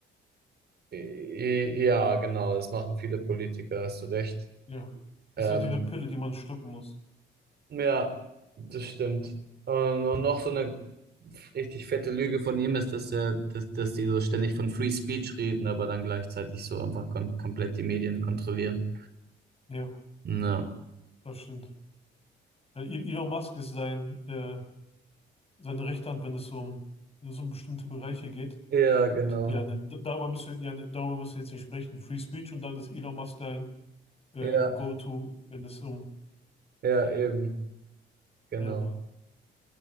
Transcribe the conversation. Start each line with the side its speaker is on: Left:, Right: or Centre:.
Right: I- Ja, genau, das machen viele Politiker, hast du recht.
Left: Ja, ist
Right: Ähm,
Left: halt diese Pille, die man schlucken muss.
Right: ja, das stimmt. Und, und noch so eine richtig fette Lüge von ihm ist, dass er, dass, dass die so ständig von Free Speech reden, aber dann gleichzeitig so einfach kon komplett die Medien kontrollieren.
Left: Ja,
Right: Ja.
Left: das stimmt. Weil I- Elon Musk ist sein, äh, seine rechte Hand, wenn es so um, wenn es um bestimmte Bereiche geht.
Right: Ja, genau.
Left: Und ja, ne, d- darüber müssen wir, ja, ne, darüber müssen wir jetzt nicht sprechen. Free Speech und dann ist Elon Musk dein äh,
Right: Ja,
Left: Go-To, wenn es um.
Right: ja, eben, genau.
Left: Ja,